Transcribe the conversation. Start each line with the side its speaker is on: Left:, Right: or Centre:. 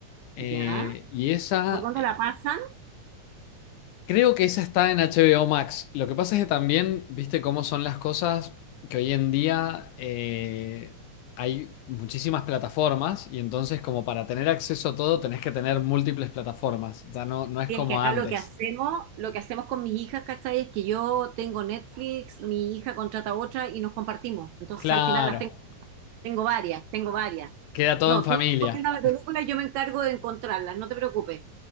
Left: Eh,
Right: ya.
Left: y esa
Right: ¿Por dónde la pasan?
Left: Creo que esa está en HBO Max. Lo que pasa es que también, viste cómo son las cosas, que hoy en día eh, hay muchísimas plataformas y entonces como para tener acceso a todo tenés que tener múltiples plataformas. Ya no, no es
Right: Sí,
Left: como
Right: es que acá
Left: antes.
Right: lo que hacemos, lo que hacemos con mis hijas, ¿cachai? Es que yo tengo Netflix, mi hija contrata otra y nos compartimos. Entonces
Left: Claro,
Right: al final las tengo, tengo varias, tengo varias.
Left: queda todo
Right: No,
Left: en familia.
Right: tú recomiendas la película y yo me encargo de encontrarlas, no te preocupes.